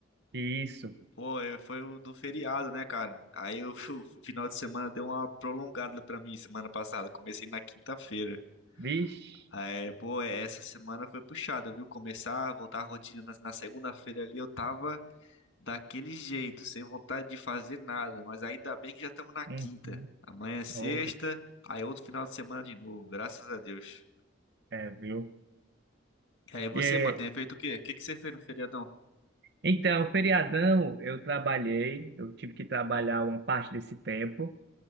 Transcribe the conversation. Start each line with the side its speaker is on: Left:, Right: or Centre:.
Right: Isso,
Left: Pô, é, foi o do feriado, né, cara? Aí o, <laughs> o final de semana deu uma prolongada pra mim semana passada. Comecei na quinta-feira.
Right: vixe,
Left: É, pô, é, essa semana foi puxada, viu? Começar, voltar à rotina na, na segunda-feira ali, eu tava daquele jeito, sem vontade de fazer nada. Mas ainda bem que já estamos na quinta.
Right: uhum.
Left: Amanhã é sexta,
Right: Ora,
Left: aí outro final de semana de novo, graças a Deus.
Right: é, viu?
Left: E aí você,
Right: É,
Left: mano, tem feito o quê? O que que você fez no feriadão?
Right: então, feriadão, eu trabalhei, eu tive que trabalhar uma parte desse tempo.